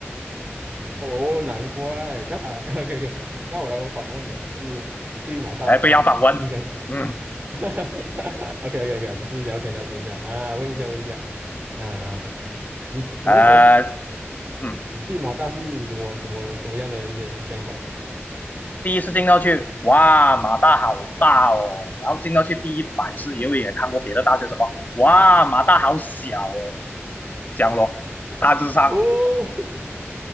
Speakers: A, on the right; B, on the left.
A: 哦，难怪。但啊 <laughs>，OK OK，那我来我反问你啊，就是你对马大的第一印象是？
B: 哎，被要访问，嗯，
A: <laughs> 哈哈哈 OK OK OK，就是聊天聊天一下啊，问一下问一下啊，你你那时候
B: 呃，嗯，
A: 嗯对马大是什么什么什么样的一些想法？
B: 第一次进到去，哇，马大好大哦。然后进到去第一百次，因为也看过别的大学什么，哇，马大好小哦，讲样咯，大致上。
A: <laughs> 哦，